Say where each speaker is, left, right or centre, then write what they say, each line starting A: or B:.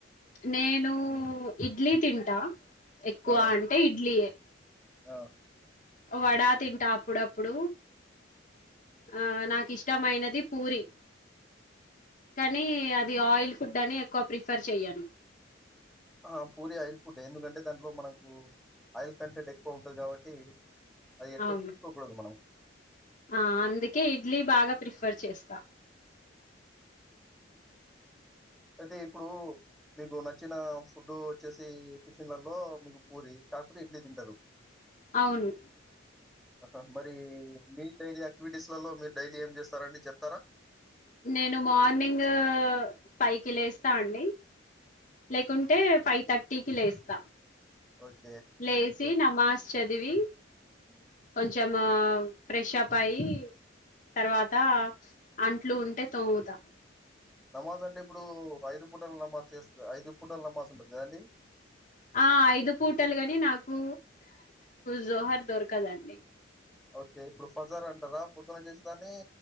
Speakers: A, on the left; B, in the centre.
A: నేను ఇడ్లీ తింటా, ఎక్కువ
B: ఆ!
A: అంటే ఇడ్లీయే.
B: ఆ
A: వడా తింటా అప్పుడప్పుడు ఆ నాకు ఇష్టమైనది పూరి కానీ అది ఆయిల్ ఫుడ్ అని ఎక్కువ ప్రిఫర్ చెయను
B: ఆ పూరి ఆయిల్ ఫుడ్ ఎందుకంటే దాంట్లో మనకు ఆయిల్ కంటెంట్ ఎక్కువ ఉంటది కాబట్టి అది ఎక్కువ
A: అవును
B: తీసుకోకూడదు మనం
A: ఆ అందుకే ఇడ్లీ బాగా ప్రిఫర్ చేస్తా
B: అది ఇప్పుడు మీకు నచ్చిన ఫుడ్ వచ్చేసి టిఫిన్లలో మీకు పూరి కాకపోతే ఇడ్లీ తిం టరు
A: అవును
B: హా మరి మీ డైలీ యాక్టివిటీస్లలో మీరు డైలీ ఏం చేస్తారండి చెప్తారా
A: నేను మార్నింగ్ ఫైవ్ కి లేస్తా అండి లేకుంటే
B: ఉమ్,
A: ఫైవ్ తర్టీకి లేస్త
B: ఓకే
A: లేేసి
B: వెరీ గుడ్
A: నమాస్ చదివి
B: ఉమ్.
A: కొంచెం ఫ్రెషప్ అయ్యి తర్వాత అంట్లు ఉంటే తోముతా
B: నమాజ్ అంటే ఇప్పుడు ఐదు పూటలు నమాజ్ చేస్త ఐదు పూటల నమాజ్ ఉంటది కదండి
A: ఆ ఐదు పూటలు కాని నాకు జోహార్ దొరకదండి
B: ఓకే ఇప్పుడు ఫజార్ అంటారా పొద్దున చేసేదాన్ని